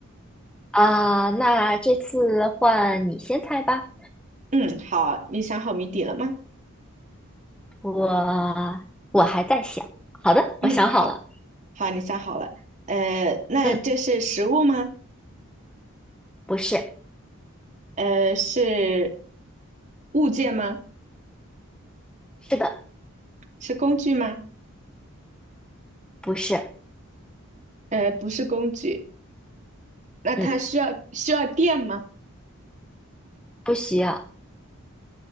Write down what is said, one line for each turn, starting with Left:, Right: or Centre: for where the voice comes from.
Centre: 啊？那这次换你先猜吧。
Right: 嗯，好，你想好谜底了吗？
Centre: 我我还在想。好的，
Right: 嗯，
Centre: 我想好了。
Right: 好，好，你想好了。呃，那这是食物吗？
Centre: 嗯，不是，
Right: 呃，是物件吗？
Centre: 是的，
Right: 是工具吗？
Centre: 不是，
Right: 呃，不是工具。那它需要需要电吗？
Centre: 嗯，不需要，